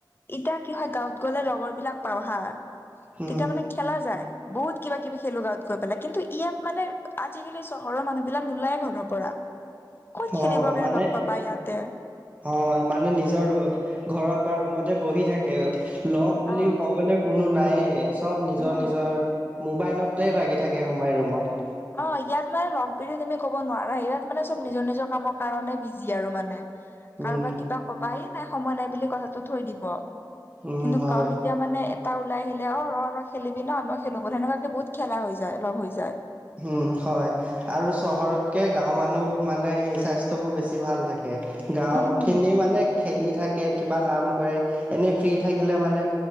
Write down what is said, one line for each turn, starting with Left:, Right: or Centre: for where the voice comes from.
Left: এতিয়া কি হয় গাঁৱত গলে লগৰ বিলাক পাওঁ হা,
Right: উম,
Left: তেতিয়া মানে খেলা যায়। বহুত কিবা কিবি খেলোঁ গাঁৱত গৈ পেলাই, কিন্তু ইয়াত মানে আজিকালি চহৰৰ মানুহ বিলাক নোলায় ঘৰৰ পৰা। ক'ত খেলিবৰ
Right: অ'
Left: কাৰণে
Right: মানে
Left: লগ পাবা ইয়াতে
Right: অ' মানে নিজৰ ঘৰত বা ৰুমতে বহি থাকে। লগ
Left: অ',
Right: বুলি ক'বলৈ কোনো নায়ে, চব নিজৰ
Left: উম।
Right: নিজৰ মোবাইলতে লাগি থাকে সোমাই ৰুমত।
Left: অ' ইয়াত মানে লগ বুলি তুমি ক'ব নোৱাৰা। ইয়াত মানে চব নিজৰ নিজৰ কামৰ কাৰণে বিজি আৰু মানে।
Right: উম,
Left: কাৰোবাক কিবা কবা, এই নাই সময় নাই বুলি কথাটো থৈ দিব।
Right: উম,
Left: কিন্তু
Right: হয়।
Left: কাৰো এতিয়া মানে তাৰ ওলাই আহিলে অ, ৰ খেলিবি ন, আমি খেলো সেনেকুৱাকে বহুত খেলা হৈ যায়, লগ হৈ যায়।
Right: উম, হয়, আৰু চহৰতকে গাঁওৰ মানুহ মানে সেই স্বাস্থ্যয় বোৰ বেছি ভাল থাকে। তে গাঁৱৰ
Left: উম, উম,
Right: খিনি মানে খেলি থাকে, কিবা কাম কৰে, এনেই ফ্ৰী থাকিলে মানে